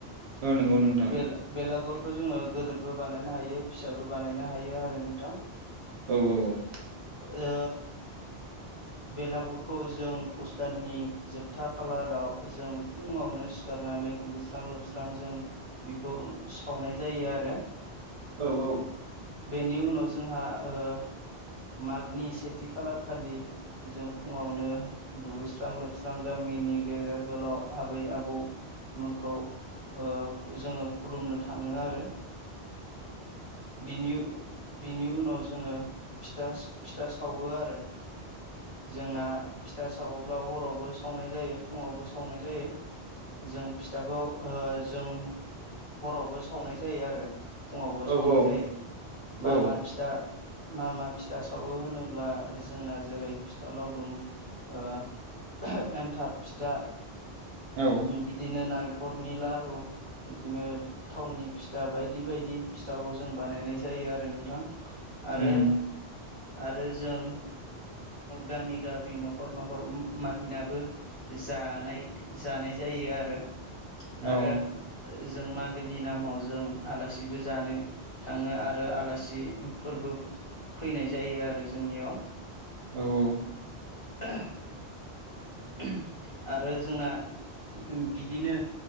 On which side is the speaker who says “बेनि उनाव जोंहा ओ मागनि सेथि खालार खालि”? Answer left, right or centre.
Left